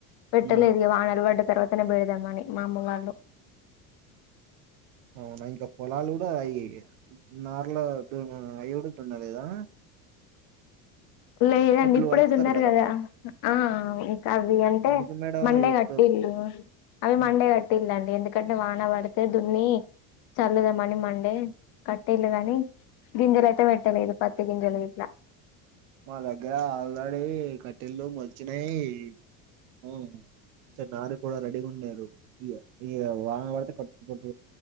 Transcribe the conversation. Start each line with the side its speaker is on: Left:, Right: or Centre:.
Left: పెట్టలేదు
Right: ఉమ్.
Left: ఇగ వానలు పడ్డ తర్వాతనే బెడదామని మా అమ్మ వాళ్ళు
Right: అవునా ఇంకా పొలాలు కూడా అయి నార్లదు అవి కూడా దున్నలేదా
Left: లేదండి
Right: ఒడ్లు
Left: ఇప్పుడే
Right: కలుపుతారు
Left: దున్నరు కదా ఆ అవి అంటే
Right: ఎందుకు మేడం
Left: మండే
Right: ఇప్పుడు
Left: కట్టిల్లు అవి
Right: ఉమ్,
Left: మండే క టిల్లండి ఎందుకంటే వాన పడితే దున్ని చల్లుదమని మండే కట్టిల్లు కాని గింజలయితే పెట్టలేదు పత్తి గింజలు గిట్లా
Right: మా దగ్గర ఆల్రెడీ కట్టెలు మొలిచినయి అ చ నారు కూడా రెడీగా ఉంన్నారు ఇ ఇగా వాన వాడితే కట్ పోట్